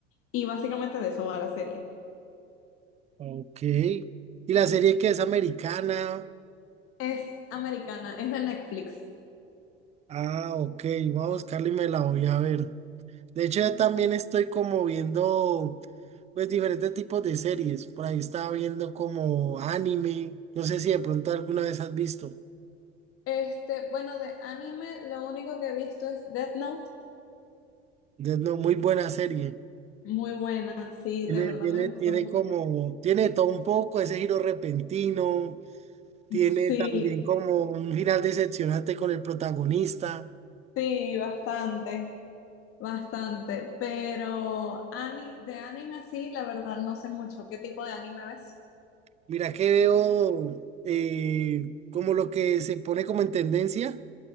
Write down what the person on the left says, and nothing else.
Y básicamente de eso va la serie.
Es americana, es de Netflix.
Este, bueno, de anime lo único que he visto es Death Note.
Muy buena, sí,
de verdad
me gustó
mucho.
Sí,
sí, bastante. Bastante, pero ani- de anime sí, la verdad no sé mucho. ¿Qué tipo de anime ves?